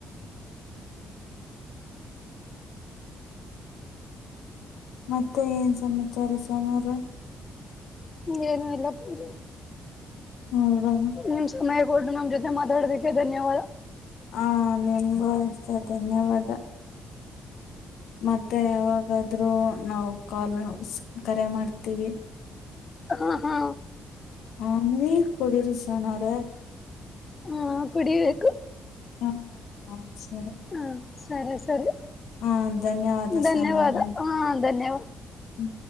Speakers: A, on the left; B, on the left.
A: ಮತ್ತೆ ಏನ್ ಸಮಾಚಾರ ಸೋಮಾರ
B: ಏನು ಇಲ್ಲ ಪೂಜೆ
A: ಹ್ಮದನು
B: ನಿಮ್ ಸಮಯ ಕೊಟ್ಟು ನಮ್ ಜೊತೆ ಮಾತಾಡತ ಧನ್ಯವಾದ
A: ಹಾ ನಿಮಗೂತ ಧನ್ಯವಾದ ಮತ್ತೆ ಯಾವಾಗಾದ್ರೂ ನಾವು ಕಾಲ್ ನ ಕರೆ ಮಾಡ್ತೀವಿ
B: ಹಾ ಹಾ
A: ಹ ನೀರ್ ಕುಡರಿಾನಾರ
B: ಹಾ ಕುಡಿಬೇಕು
A: ಹಾ ಸರಿ
B: ಹಾ ಸರಿ ಸರಿ
A: ಹ ಧನ್ಯವಾದ
B: ಧನ್ಯವಾದ
A: ಸೋನವ್ರೆ
B: ಹಾ ಧನ್ಯವಾದ
A: ಹ್ಮ.